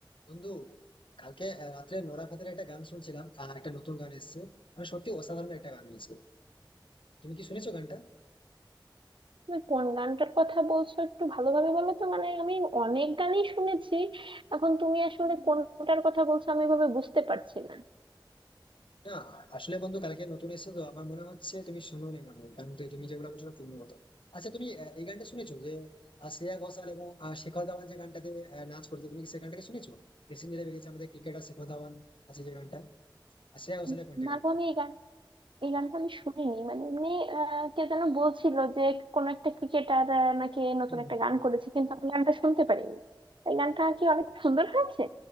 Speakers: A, on the left; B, on the right.
A: বন্ধু কালকে আহ, রাত্রে নোরা ফাতের একটা গান শুনছিলাম আহ, একটা নতুন গান এসেছে মানে সত্যি অসাধারণ একটা গান হয়েছে তুমি কি শুনেছো গানটা
B: তুমি কোন গানটার কথা বলছো একটু ভালোভাবে বলো তো মানে আমি অনেক গানই শুনেছি এখন তুমি আসলে কোনটার কথা বলছো আমি এভাবে বুঝতে পারছি না
A: না আসলে বন্ধু কালকে নতুন এসেছে তো আমার মনে হচ্ছে তুমি শুনোনি মনে হয় কারণ তুমি তুমি যেগুলো বলছো না পূর্ণ কথা আচ্ছা তুমি আহ, এই গানটা শুনেছো যে আহ, শ্রেয়া ঘোষাল এবং আহ, শেখর ধাওয়ান যে গানটাতে আহ, নাচ করতো তুমি কি সেই গানটাকে শুনেছো রিসেন্টলি বেরিয়েছে আমাদের ক্রিকেটার শেখর ধাওয়ান আছে যে গানটা আর শ্রেয়া ঘোষালের
B: উম,
A: কোনটা
B: না
A: গানটা
B: গো, আমি এই গান এই গানটা আমি শুনিনি মানে এমনি আহ, কে যেন বলছিল যে কোন একটা ক্রিকেটার নাকি নতুন
A: হুম,
B: একটা
A: হুম,
B: গান
A: হুম।
B: করেছে কিন্তু আমি গানটা শুনতে পারিনি এই গানটা কি অনেক সুন্দর হয়েছে